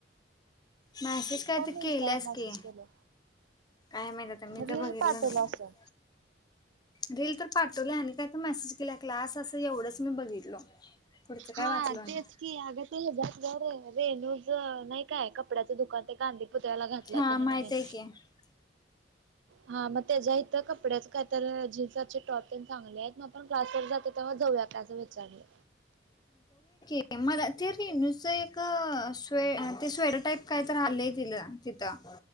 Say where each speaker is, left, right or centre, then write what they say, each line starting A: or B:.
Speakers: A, on the left; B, on the right.
A: मॅसेज काय तर
B: इन्स्टावर
A: केल्यास
B: मेसेज
A: की
B: केले
A: काय माहित आता मी
B: रील
A: तर बघितलं
B: पाठवली
A: नाही
B: असल.
A: रील तर पाठवल्या आणि काय तर मॅसेज केलय क्लास असं. एवढंच मी बघितलो पुढचं काय
B: हां
A: वाचलं नाही
B: तेच की अगं ते हच्यात <unintelligible> हाय रेणू चं चं नाई काय कपड्याचं दुकान ते गांधी पुतळ्याला घातलाय
A: हा
B: त्यानं
A: माहित
B: नवीन.
A: आहे की हा,
B: हां म त्याज्या इथं कपड्याचं काय तर जीन्सचे टॉप तेन चांगले हैत मात्रं <unintelligible> क्लासवर जात्यात तेव्हा जाऊया का असं विचारलं.
A: <unintelligible> हाय ते रेनुचं एक स्वे ते स्वेटर टाईप काही तर हाल्लंय तिला तिथं